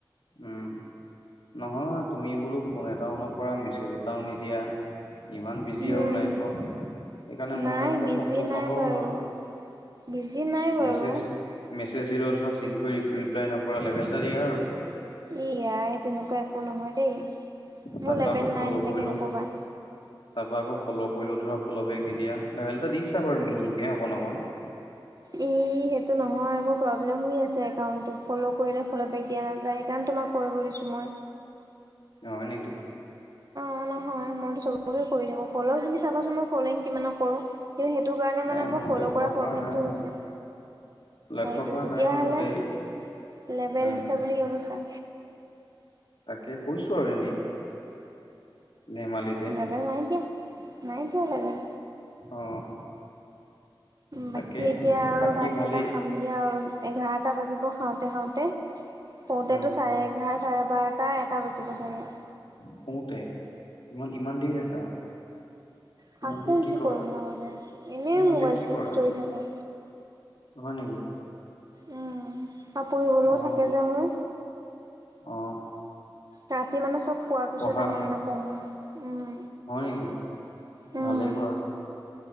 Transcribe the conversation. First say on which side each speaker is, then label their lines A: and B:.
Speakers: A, on the left (about 75°); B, on the right (about 45°).
A: উম। নহয় তুমি বোলো ফোন এটাও নকৰা, মেছেজ এটাও নিদিয়া। ইমান বিজি আৰু
B: উম
A: লাইফত। সেইকাৰণে ময়ো
B: নাই
A: তেনেকে
B: বিজি
A: ফোন চোন
B: নাই
A: নকৰোঁ
B: বাৰু
A: আৰু।
B: বিজি নাই বাৰু
A: মেছেজ মেছেজ দিলেও ধৰা চিন কৰি ৰি-ৰিপ্লাই নকৰা লেভেল এটা দিয়া আৰু।
B: এই য়াই তেনেকুৱা একো নহয় দেই।
A: তাৰপা
B: মোৰ লেবেল
A: আকৌ ফ'ল'
B: নাই তেনেকে
A: কৰিলোঁ।
B: নক'বা।
A: তাৰপা আকৌ ফলৌ কৰিলোঁ ধৰা ফলৌ বেক নিদিয়া। লেভেল এটা দিছা বাৰু মিহিকে অকণ অকণ।
B: এ সেইটো নহয় মোৰ প্ৰব্লেম আছে একাউণ্টত ফ'ল' কৰিলে ফল'বেক দিয়া নাযায় সেইকাৰণে তোমাক কৰিব দিছোঁ মই
A: হয় নেকি
B: অ নহয় মইতো চবকে কৰি থাকো ফ'ল' তুমি চাচোন মই ফ'লং কিমানক কৰো কিন্তু সেইটো কাৰণে
A: নাই
B: মানে মোৰ
A: মই
B: ফ'ল'
A: লক্ষ্য
B: কৰা প্ৰব্লেমটো
A: নাই।
B: হৈছে
A: লক্ষ্য
B: হয়টো
A: কৰা
B: তেতিয়াহলে
A: নাই বাৰু দেই
B: লেবেল
A: উম
B: দিছা বুলি কিয় কৈছা
A: তাকে কৈছো আৰু এনেই ধেমালিতে
B: লোবেল নাই দিয়া নাই দিয়া লেবেল
A: অ তাকে
B: বাকী এতিয়া আৰু
A: বাকী
B: ভাত
A: ভালেই
B: কেইটা খাম এতিয়া আৰু এঘাৰটা বাজিব খাওঁতে খাওঁতে পওঁতেতো
A: উম
B: চাৰে সহাৰ চাৰে বাৰটা এটা বাজিব চাগৈ
A: শুওঁতে ইমান ইমান দেৰি থাকা
B: থাকোঁ
A: ইমান দেৰি
B: কি
A: কৰা
B: কৰিম নো মানে এনেই
A: ইমান
B: মোবাইলটোত
A: দেৰি কি কৰা
B: খুচৰি থাকোঁ
A: হয় নেকি
B: উম পঢ়িবলৈও
A: অ
B: থাকে যে মোৰ
A: অ
B: ৰাতি মানে চব খোৱাৰ
A: পঢ়া
B: পিছতে মই মানে পঢ়ো উম
A: হয় নেকি
B: উম
A: ভালেই কৰা